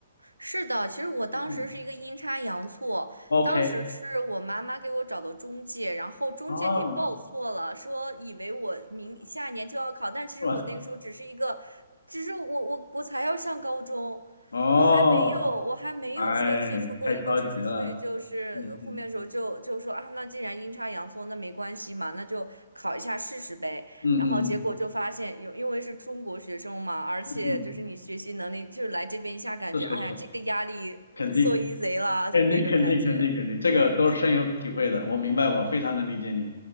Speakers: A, on the right; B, on the left.
A: 是的，其实我当时是一个阴差阳错，
B: 嗯，OK，
A: 当时是我妈妈给我找的中介，然后中介给报错了，
B: 哦，
A: 说以为我明下一年就要考，但其实我那个时候只是一个，
B: 是吧？
A: 只是我我我才要上高中，
B: 哦。
A: 我还没有我还没有说接触过一个知识，
B: 哎，太着急了，
A: 所以就是后面的时候就就说啊，
B: 嗯嗯
A: 那既然阴差阳错，那没关系嘛，那就考一下试试呗。
B: 嗯嗯嗯
A: 然后结果就发现有，因为是中国学生嘛，而且就是你学习能力，
B: 嗯嗯，
A: 就是来这边一下感觉，
B: 是是是，
A: 哎呀，这个压力呃
B: 肯定
A: so easy 啦，就是那种感觉。
B: 肯定肯定肯定肯定，这个都是深有体会的，
A: 是，
B: 我明白，我非常能理解你。